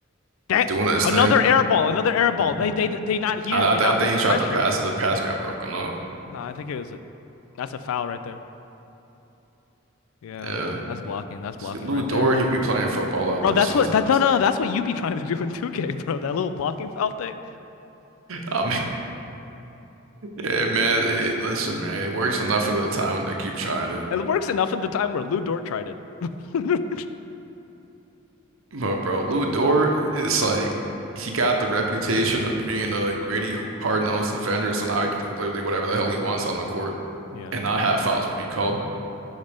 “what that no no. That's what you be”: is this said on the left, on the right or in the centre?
Left